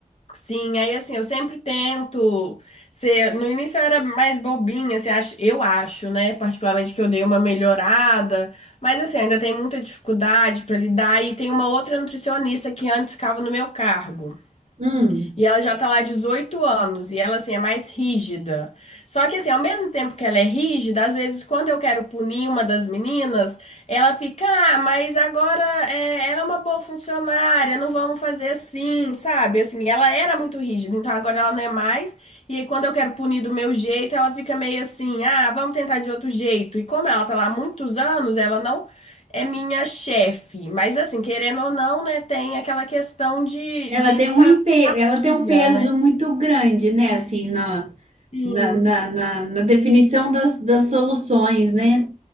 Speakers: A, on the left; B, on the right.
A: Sim, aí assim, eu sempre tento ser. No início eu era mais bobinha, você acho eu acho, né? Particularmente que eu dei uma melhorada, mas assim, ainda tem muita dificuldade para lidar. E tem uma outra nutricionista que antes ficava no meu cargo.
B: Hum.
A: E ela já tá lá há 18 anos e ela assim é mais rígida. Só que assim, ao mesmo tempo que ela é rígida, às vezes quando eu quero punir uma das meninas, ela fica, ah, mas agora é, ela é uma boa funcionária, não vamos fazer assim, sabe? Assim, ela era muito rígida, então agora ela não é mais. E aí, quando eu quero punir do meu jeito, ela fica meio assim, ah, vamos tentar de outro jeito. E como ela tá lá há muitos anos, ela não é minha chefe. Mas assim, querendo ou não, né, tem aquela questão de
B: Ela
A: de
B: tem
A: tá
B: um, empe-
A: hierarquia,
B: ela tem um peso
A: né?
B: muito grande, né? Assim, na,
A: Sim.
B: na, na, na- na definição das, das soluções, né?